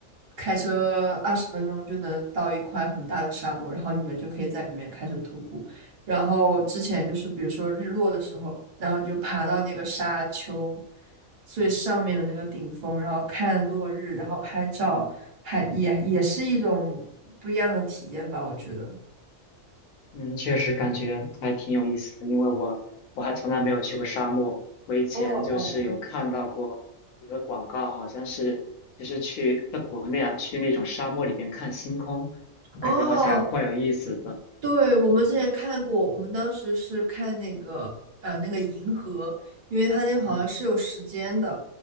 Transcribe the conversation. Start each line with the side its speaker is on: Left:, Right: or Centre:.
Right: 开车二十分钟就能到一块很大的沙漠，然后你们就可以在里面开始徒步。然后之前就是比如说日落的时候，然后你就爬到那个沙丘最上面的那个顶峰，然后看落日，然后拍照，还也也是一种不一样的体验吧，我觉得。
Left: 嗯，确实感觉还挺有意思的，因为我我还从来没有去过沙漠。我以前就是有看到过一个广告，
Right: 哦哦
Left: 好像是就是去在国内啊，去那种沙漠里边看星空，我感觉好像还怪有意思的。
Right: 哦，对，我们之前看过，我们当时是看那个呃那个银河，因为它那个好像是有时间的，
Left: 嗯